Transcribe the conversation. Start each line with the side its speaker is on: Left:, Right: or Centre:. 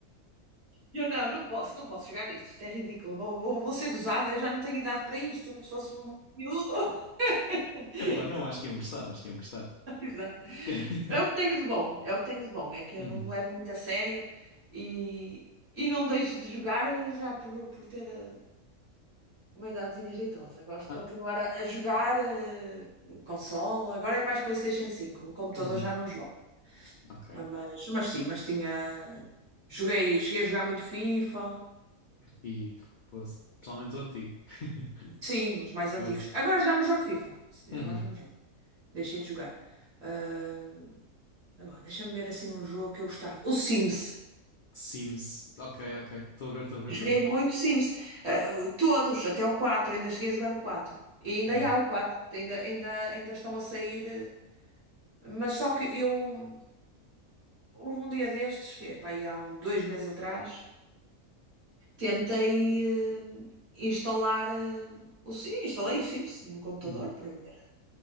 Right: E Eu não, não posso, não posso jogar isto. Isto é ridículo. Vou, vou, vou ser gozada, eu já não tenho idade para isto. Se fosse um miúdo. <laughs>
Left: Epá, não, acho que iam gostar, acho que iam gostar.
Right: Exato.
Left: <laughs>
Right: É o que tenho de bom, é o que tenho de bom. É que eu
Left: Uhum.
Right: não me levo muito a sério e, e não deixo de jogar eh, já por, por ter eh, uma idadezinha jeitosa. Gosto de
Left: Ah,
Right: continuar a, a jogar eh, consola. Agora é mais PlayStation cinco. o computador
Left: uhum.
Right: já não jogo.
Left: Ok.
Right: Ah, Mas, mas sim, mas tinha. Joguei, cheguei a jogar muito FIFA.
Left: E, poça. Principalmente o antigo. <laughs>
Right: Sim, os mais antigos.
Left: Poça.
Right: Agora já não jogo FIFA. Sim,
Left: Uhum.
Right: agora já não jogo. Deixei de jogar. Ah, sei lá, deixa-me ver assim um jogo que eu gostava. O Sims.
Left: Sims. Ok, ok. Estou a ver, estou a ver,
Right: Joguei
Left: estou a ver.
Right: muito Sims. Ah, o- todos, até o quatro, Ainda cheguei a jogar o 4. E ainda
Left: Hum.
Right: há o 4, porque ainda, ainda, ainda estão a sair. eh, Mas só que eu. Houve um dia destes, que, é, pá, aí há um, dois meses atrás, tentei eh, instalar. eh, o, Sim, instalei o Sims no computador
Left: Uhum.
Right: para ver.